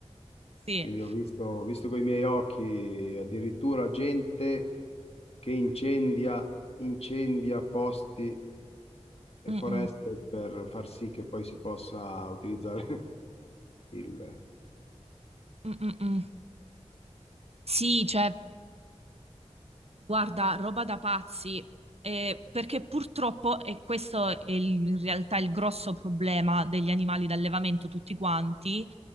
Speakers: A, on the right (about 60°); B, on the left (about 60°).
A: sì.
B: Quindi ho visto, ho visto con i miei occhi addirittura gente che incendia, incendia posti e
A: Mm-mm.
B: foreste per far sì che poi si possa utilizzare <laughs> il...
A: Mm-mm-mm. Sì, cioè Guarda, roba da pazzi, eh, perché purtroppo, e questo è il- in realtà il grosso problema degli animali d'allevamento tutti quanti,